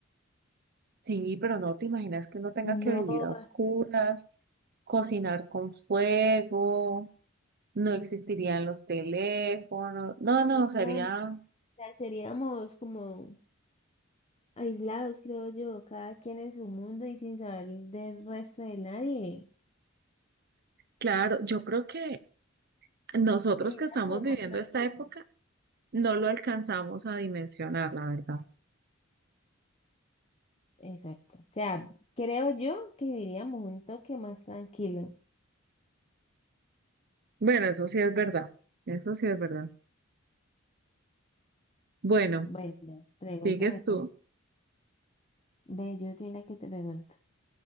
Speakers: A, on the right (about 50°); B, on the left (about 30°).
A: Sí, pero no te imaginas que uno tenga
B: No,
A: que vivir a oscuras, cocinar con fuego, no existirían los teléfonos. No,
B: no,
A: no, sería...
B: o sea, seríamos como aislados, creo yo, cada quien en su mundo y sin saber del resto de nadie.
A: Claro, yo creo que nosotros
B: Vivíamos
A: que estamos viviendo
B: más tranquilos.
A: esta época no lo alcanzamos a dimensionar, la verdad.
B: Exacto. O sea, creo yo que viviríamos un toque más tranquilo.
A: Bueno, eso sí es verdad, eso sí es verdad. Bueno,
B: Bueno, pregúntame
A: sigues
B: pues.
A: tú,
B: Ve, yo soy la que te pregunto.